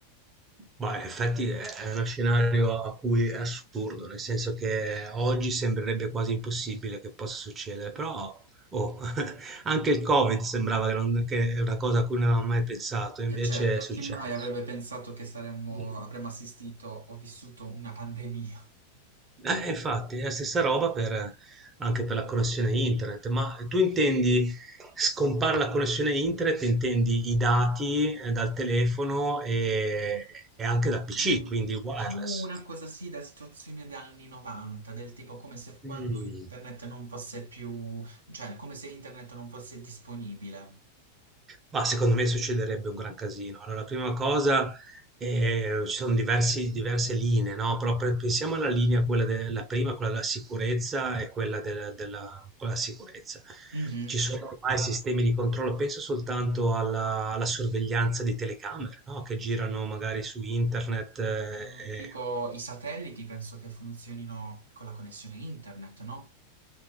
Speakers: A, on the right; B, on the right.
A: Ma in effetti è è uno scenario a cui è assurdo, nel senso che oggi sembrerebbe quasi impossibile che possa succedere, però oh, <laughs> anche il Covid sembrava che, non- che è una cosa a cui non avevamo mai pensato, invece
B: E certo,
A: è successo.
B: chi mai avrebbe pensato che saremmo,
A: Mm.
B: avremmo assistito o vissuto una pandemia?
A: Eh, infatti è la stessa roba per- anche per la connessione internet, ma tu intendi scompare la connessione internet, intendi i dati eh, dal telefono e, e anche dal PC,
B: Mm,
A: quindi wireless.
B: più una cosa sì da situazione degli anni 90, del tipo come se quando
A: Mm.
B: internet non fosse più, cioè come se internet non fosse disponibile.
A: Mah, secondo me succederebbe un gran casino. Allora, la prima cosa, ehm, ci sono diversi diverse linee, no, però pre pensiamo alla linea quella de la prima, quella della sicurezza e quella del della quella della sicurezza.
B: Mhm.
A: Ci sono ormai sistemi di controllo, penso soltanto alla alla sorveglianza di telecamere, no, che girano magari su internet, ehm
B: Eh, tipo i satelliti penso che funzionino con la connessione internet, no?